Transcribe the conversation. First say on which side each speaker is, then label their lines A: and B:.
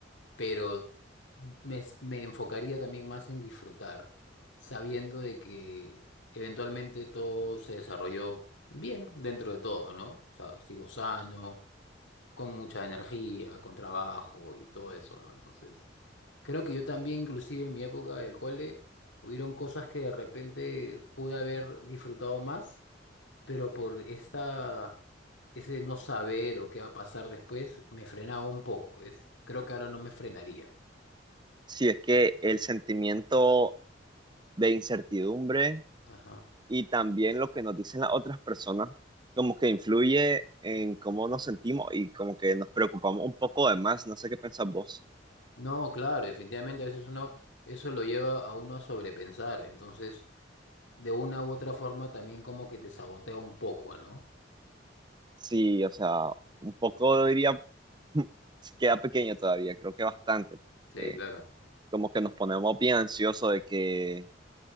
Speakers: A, on the left; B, on the right.
A: pero me, me enfocaría también más en disfrutar, sabiendo de que eventualmente todo se desarrolló bien dentro de todo, ¿no? O sea, sigo sano, con mucha energía, con trabajo y todo eso, ¿no? Entonces, creo que yo también, inclusive en mi época del cole, hubieron cosas que de repente pude haber disfrutado más pero por esta, ese no saber o qué va a pasar después, me frenaba un poco, ¿ves? Creo que ahora no me frenaría.
B: Si es que el sentimiento de incertidumbre
A: Ajá.
B: y también lo que nos dicen las otras personas, como que influye en cómo nos sentimos y como que nos preocupamos un poco de más. No sé qué pensás vos.
A: No, claro, definitivamente a veces uno, eso lo lleva a uno a sobrepensar, entonces de una u otra forma también como que te sabotea un poco, ¿no?
B: Sí, o sea, un poco diría, <laughs> queda pequeño todavía, creo que bastante.
A: Sí,
B: porque
A: claro.
B: como que nos ponemos bien ansiosos de que...